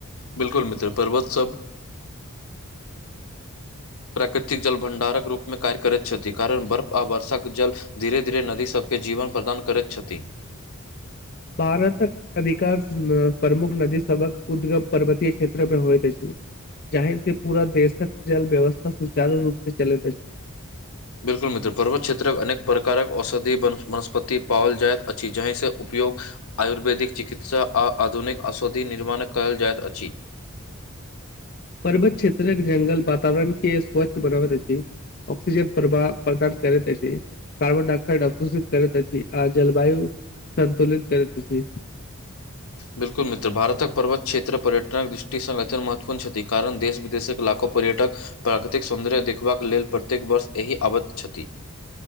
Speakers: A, on the left; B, on the left.
A: बिल्कुल मित्र, पर्वत सब। प्राकृतिक जल भंडारक रूप में कार्य करैत छथि कारण बर्फ आ वर्षाक जल धीरे धीरे नदी सबके जीवन प्रदान करैत छथि।
B: भारतक अधिकांश प्रमुख नदी सबहक उद्गम पर्वतीय क्षेत्र मे होएत अछि। जाहि सं पूरा देशक जल व्यवस्था सुचारू रूप से चलैत अछि।
A: बिल्कुल मित्र, पर्वत क्षेत्रक अनेक प्रकारक औषधि वनस्पति पाओल जाइत अछि जाहिसँ उपयोग आयुर्वेदिक चिकित्सा आ आधुनिक औषधि निर्माण कयल जाइत अछि।
B: पर्वत क्षेत्रक जंगल वातावरण के स्वच्छ बनाबैत अछि। ऑक्सिजन प्रभाव प्रदान करैत अछि। कार्बन डाइऑकसइड अवशोषित करैत अछि आ जलवायु सन्तुलित करैत अछि।
A: बिल्कुल मित्र भारतक पर्वत क्षेत्र पर्यटनक दृष्टि सं महत्वपूर्ण छथि कारण देश विदेशक लाखो पर्यटक प्राकृतिक सौन्दर्य देखबाक लेल प्रत्येक वर्ष यहीं आबैत छथि।